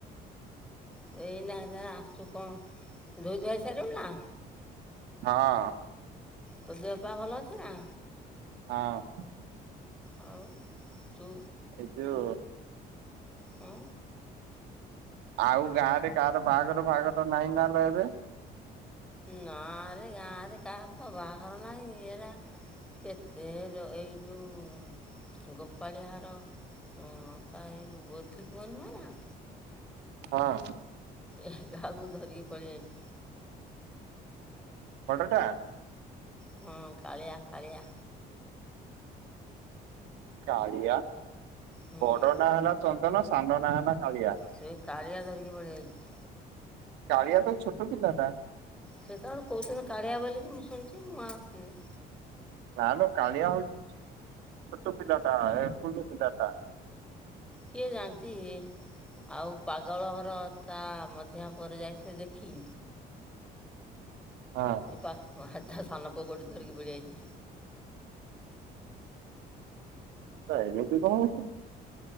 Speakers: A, in the centre; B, on the right.
A: ତୁ ଏଇନା ଏଇନା ଆସୁଚୁ କଣ ଧୋଇ ଧୁଆ ହେଇ ସାରିଲୁଣି ନା?
B: ହଁ।
A: ତୋ ଦେହ ପା ଭଲ ଅଛି ନା?
B: ହଁ।
A: ଆଉ ଚୁ।
B: ଏ ଯୋଉ
A: ହୁଁ।
B: ଆଉ ଗାଁରେ କାହାର ବାହାଘର ଫାହାଘର ତ ନାହିଁ ନା ର ଏବେ।
A: ନା ଆରେ ଗାଁରେ କାହାର ତ ବାହଘର ନାଇଁ ଇରା କେତେ ଏଇ ଯୋଉ ଗୋପାଳିହାର ହଁ ତା ଏଇ ଯୋଉ ଗୋଧି ପୁଅ ନୁହେଁ ନା?
B: ହଁ।
A: ଏହି କାହାକୁ ଧରିକି ପଲେଇ ଏଇଚି।
B: ବଡଟା?
A: ହୁଁ କାଳିଆ କାଳିଆ।
B: କାଳିଆ
A: ହୁଁ
B: ବଡ ନାଁ ହେଲା ଚନ୍ଦନ ସାନ ନାଁ ହେଲା କାଳିଆ।
A: ସେ କାଳିଆ ଧରିକି ପଳେଇ ଏଇଚି।
B: କାଳିଆ ତ ଛୋଟ ପିଲାଟା।
A: ସେତ କହୁସୁନ୍ତି କାଳିଆ ବୋଳିକି ମୁଁ ଶୁଣିଚି ମୁଁ ଆଉ ଚିହ୍ନିନି।
B: ମାଲୋ କାଳିଆ ହଉଚି ଛୋଟ ପିଲାଟା ଏ କୁନି ପିଲାଟା।
A: କିଏ ଜାଣିଚି। ଆଉ ପାଗଳ ଘର ତା ମଝିଆ ପୁଅର ଯାଇଥିଲେ ଦେଖି।
B: ହଁ।
A: ପା ତା ସାନ ପୁଅ ଗୋଟେ ଧରିକି ପଳେଇ ଯାଇଚି।
B: ତ ଏମିତି କଣ ହଉଚ। <unintelligible>